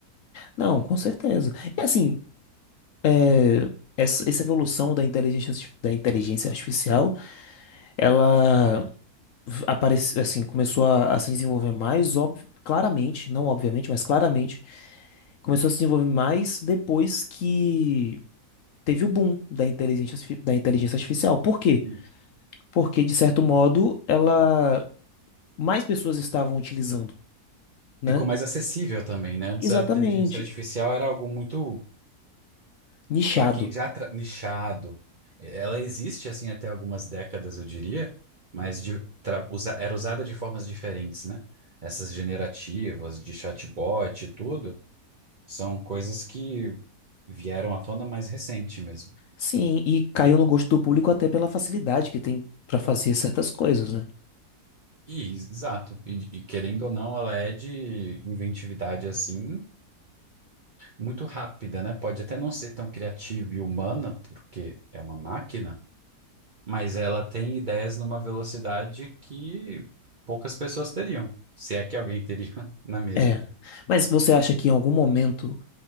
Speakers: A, on the left; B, on the right.
A: Não, com certeza. E assim, é, essa, essa evolução da inteligência, arti- da inteligência artificial, ela v- aparece, assim, começou a, a se desenvolver mais, óbvio, claramente, não obviamente, mas claramente, começou a se desenvolver mais depois que teve o boom da inteligência, artifi- da inteligência artificial. Por quê?
B: Sim.
A: Porque, de certo modo, ela mais pessoas estavam utilizando, né?
B: Ficou mais acessível também, né? Antes
A: Exatamente.
B: a inteligência artificial era algo muito
A: Nichado.
B: Para quem já tra- nichado, ela existe assim até algumas décadas, eu diria, mas de- tra- usa- era usada de formas diferentes, né? Essas generativas de chatbot e tudo são coisas que vieram à tona mais recente mesmo.
A: Sim, e caiu no gosto do público até pela facilidade que tem pra fazer certas coisas, né?
B: E, exato. E, e querendo ou não, ela é de inventividade assim muito rápida, né? Pode até não ser tão criativa e humana, porque é uma máquina. Mas ela tem ideias numa velocidade que poucas pessoas teriam, se é que alguém teria <laughs> na mesma.
A: É. Mas você acha que em algum momento